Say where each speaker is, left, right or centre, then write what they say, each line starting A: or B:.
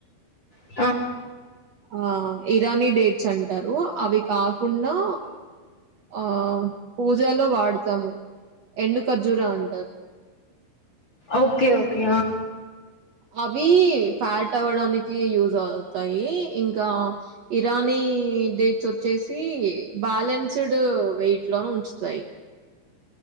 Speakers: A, on the left (about 35°); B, on the right (about 55°).
A: ప
B: ఆ ఇరానీ డేట్స్ అంటారు అవి కాకుండా ఆ పూజలో వాడతాము ఎండు ఖర్జూరా అంటారు
A: ఓకే ఓకే
B: అవి ఫ్యాట్ అవ్వడానికి యూజ్ అవుతాయి ఇంకా రానీ డేట్స్ వచ్చేసి బ్యాలెన్స్ వెయిట్ లో ఉంచుతాయి